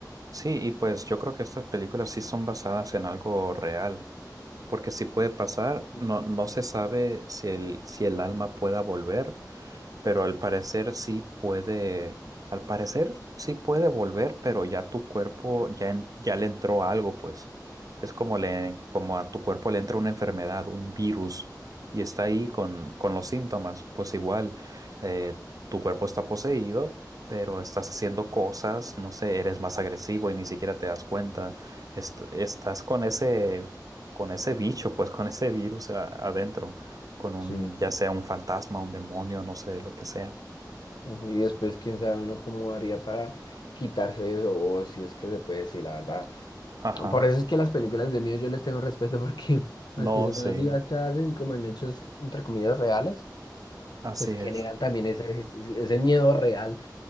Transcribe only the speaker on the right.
sí, y pues yo creo que estas películas sí son basadas en algo real, porque sí puede pasar,
no, no se sabe si el, si el alma pueda volver, pero al parecer sí puede, al parecer sí puede volver, pero ya tu cuerpo ya, en- ya le entró algo, pues. Es como le, como a tu cuerpo le entra una enfermedad, un virus, y está ahí con, con los síntomas. Pues igual, eh, tu cuerpo está poseído, pero estás haciendo cosas, no sé, eres más agresivo y ni siquiera te das cuenta. Est- estás con ese, con ese bicho, pues con ese virus a- adentro con un,
ya sea un fantasma, un demonio, no sé, lo que sea.
Ajá.
No,
sí,
así
es.